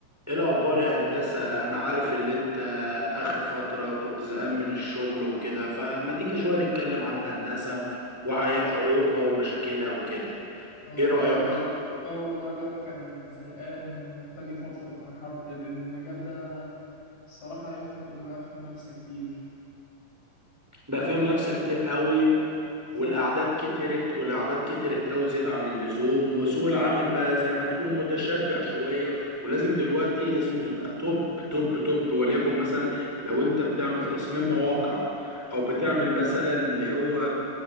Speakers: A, in the centre; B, on the left.
A: ايه الاخبار يا هندسه انا عارف اللي انت اخر فتره كنت زهقان من الشغل وكده فما تيجي شويه نتكلم عن هندسه وعيوبها ومشاكلها وكده
B: اه والله
A: ايه رايك
B: ال- اه والله الواحد كان زهقان ومحتاج يفضفض مع حد لأن المجال ده الصراحة يخنق وبقى فيه منافسة كتير
A: بقى
B: كنت محتاج
A: فيهم منافسه
B: أفضفض
A: كتير
B: مع حد
A: قوي
B: بالظبط
A: والاعداد كترت والاعداد كترت قوي زياده عن اللزوم وسوق العمل بقى زي ما تقول متشبع شويه ولازم دلوقتي لازم تبقى توب توب توب وليكن مثلا لو انت بتعمل تصميم مواقع او بتعمل مثلا اللي هو